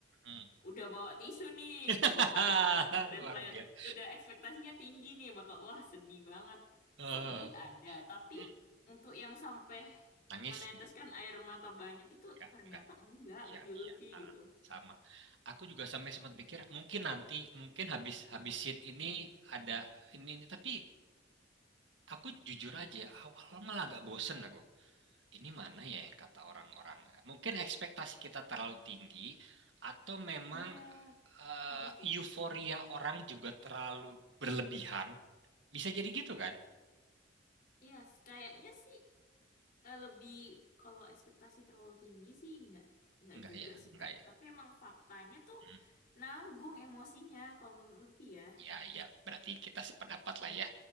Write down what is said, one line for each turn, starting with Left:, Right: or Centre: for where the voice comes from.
Right: mm.
Left: udah bawa tisu nih,
Right: <laughs>
Left: bawa pakai masker dan
Right: Luar
Left: saya
Right: biasa.
Left: udah ekspektasinya tinggi nih bakal wah sedih banget.
Right: Eh,
Left: Sedih ada, tapi
Right: mm.
Left: untuk yang sampai
Right: Nangis
Left: meneteskan
Right: nggak?
Left: air mata banyak itu
Right: Nggak,
Left: ternyata
Right: nggak.
Left: enggak
Right: Iya,
Left: di Lutfi
Right: iya. Ah,
Left: gitu.
Right: sama. Aku juga sampai sempat pikir mungkin nanti mungkin habis habis scene ini ada ini ini tapi aku jujur aja awal malah agak bosen aku. Ini mana ya yang kata orang-orang? Mungkin ekspektasi kita terlalu tinggi atau memang
Left: Iya,
Right: eh,
Left: setuju, setuju.
Right: euforia orang juga terlalu berlebihan. Bisa jadi gitu kan?
Left: Iya, kayaknya sih Eh, lebih kalau ekspektasi terlalu tinggi sih nggak nggak
Right: Enggak
Left: juga
Right: ya,
Left: sih
Right: enggak
Left: Kak.
Right: ya.
Left: Tapi emang faktanya tuh
Right: Hmm.
Left: nanggung emosinya kalau menurut Lutfi ya.
Right: Ya, ya, berarti kita sependapat lah ya.